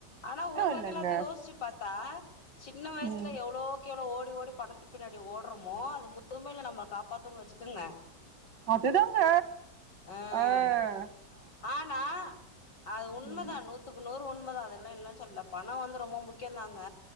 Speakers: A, on the left; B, on the right.
A: ஆனா ஒரு வகையில
B: இல்லங்க.
A: அது யோசிச்சு பாத்தா சின்ன வயசல
B: ம்
A: எவ்ளோவுக்கேவலோ ஓடி ஓடி பணத்து பின்னாடி ஓடுறோமோ அது மு முதுமையில நம்மள அது காப்பாத்தணு வச்சு துங்க
B: அதுதாங்க
A: ஆ
B: ஆஹ்
A: ஆனா அது உண்மதா
B: ம்
A: நூத்துக்கு நூறு உண்மதா அதெல்லா இல்லன்னு சொல்லல்ல பணோ வந்து ரொம்ப முக்கியோ தாங்க